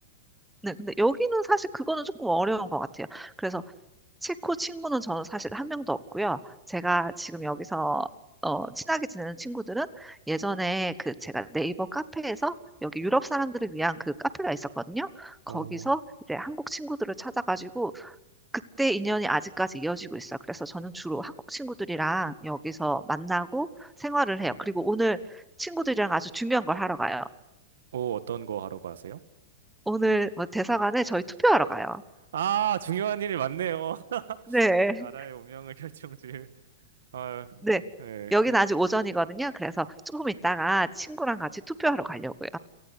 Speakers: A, in the centre; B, on the right (about 85°).
A: 네, 근데 여기는 사실 그거는 조금 어려운 것 같아요. 그래서 체코 친구는 저는 사실 한 명도 없고요. 제가 지금 여기서 어, 친하게 지내는 친구들은 예전에 그 제가 네이버 카페에서 여기 유럽 사람들을 위한 그 카페가 있었거든요. 거기서
B: 어,
A: 이제 한국 친구들을 찾아가지고 그때 인연이 아직까지 이어지고 있어요. 그래서 저는 주로 한국 친구들이랑 여기서 만나고 생활을 해요. 그리고 오늘 친구들이랑 아주 중요한 걸 하러 가요.
B: 어, 어떤 거 하러 가세요?
A: 오늘 뭐 대사관에 저희 투표하러 가요.
B: 아, 중요한 일이 많네요. <laughs>
A: 네.
B: 나라의 운명을 결정질. 아,
A: 네.
B: 예.
A: 여기는 아직 오전이거든요. 그래서 조금 있다가 친구랑 같이 투표하러 가려고요.